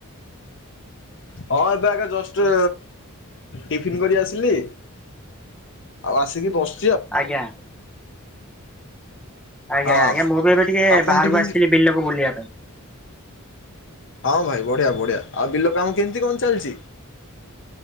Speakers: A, on the left; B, in the centre.
A: ହଁ ଏବେ ଆଗ ଜଷ୍ଟ ଟିଫିନ କରି ଆସିଲି। ଆଉ ଆସିକି ବସ
B: ଆଜ୍ଞା। ଆଜ୍ଞା
A: ହଁ
B: ଆଜ୍ଞା ମୁଁ ବି ଏବେ ଟିକେ
A: ଆପଣ
B: ବାହାରକୁ
A: ଟିଫିନ୍
B: ଆସିଥିଲି ବିଲକୁ ବୁଲିବା ପାଇଁ।
A: ହଁ ଭାଇ ବଢ଼ିଆ ବଢ଼ିଆ ଆଉ ବିଲ କାମ କେମିତି କଣ ଚାଲଚି?